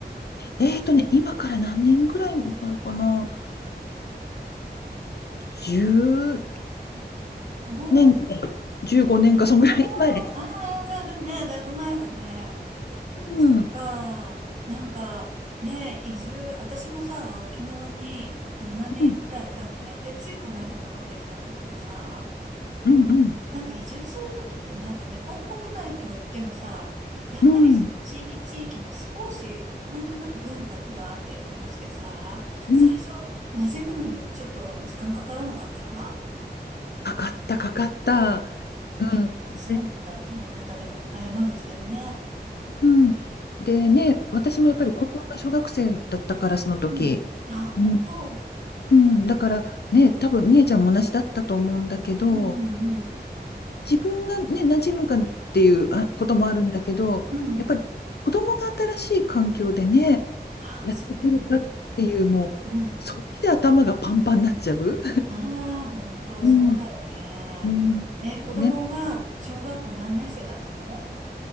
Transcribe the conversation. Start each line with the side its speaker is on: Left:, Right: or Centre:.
Left: えーとね、今から何年ぐらい前かな ?10
Right: おー
Left: 年か、15年か、そんぐらい前です。
Right: おー、ああ、じゃあね、だいぶ前だね。
Left: うん、
Right: そっか。
Left: う
Right: なんか、ね、移住、私もさ、沖縄に7年くらいいたのね。
Left: ん、
Right: で、ついこの間戻ってきたんだけどさ、
Left: うん、うん、
Right: なんか移住するときってなんか日本国内といってもさ、やっぱりその地域地域の少し、
Left: うん。
Right: なんとなく文化があったりとかしてさ、
Left: うん
Right: 最初、馴染むのにちょっと時間かからなかった
Left: かかった、かかった。
Right: いやそうなんだ。
Left: うん。で、
Right: 山形でも、あ、山口でもね。
Left: うん。でね、私もやっぱり子供が小学生だったから、その時。
Right: うん。あ、本当。
Left: うん。うん。だからね、多分、みえちゃんも同じだったと思うんだけど、
Right: うんうんうん。
Left: 自分がね、馴染むかっていうあこともあるんだけど、
Right: うん。
Left: やっぱり子供が新しい環境でね、
Right: あ、
Left: やっていけるかっていう、
Right: そうだよね。
Left: もう、
Right: うん。
Left: そっちで頭がパンパンになっちゃう。
Right: ああ、本当、
Left: うん、
Right: そうだよね。
Left: うん。
Right: え、子供が小学校何年生だったの
Left: ね。